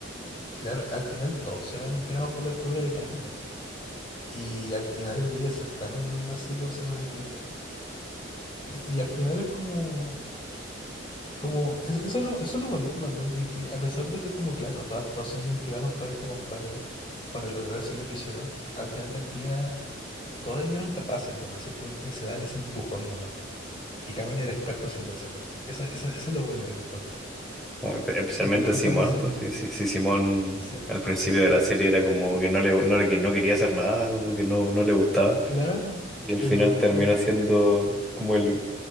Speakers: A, on the left; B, in the centre.
A: claro, al final todos se ven inspirados por la figura de Camina. Y al final llega a ser tan así, como se llama? De que Y al final es como, como es- eso es lo, eso es lo bonito también de que, a pesar de que como claro, estaban todos siendo inspirados por este compadre para lograr hacer lo que hicieron, al final del día todos ellos eran capaces nomás, simplemente se dan ese empujón nomás. Y Camino era experto haciendo esa cosa. Esa, esa, eso es lo bonito que encuentro.
B: O espe- Especialmente
A: Porque los compadres
B: Simón,
A: siempre,
B: pues sí, sí, sí, Simón
A: sí,
B: al principio de la serie era como que no le, no le que- no quería hacer nada, como que no, no le gustaba.
A: claro,
B: Y al
A: pero
B: final terminó siendo como el,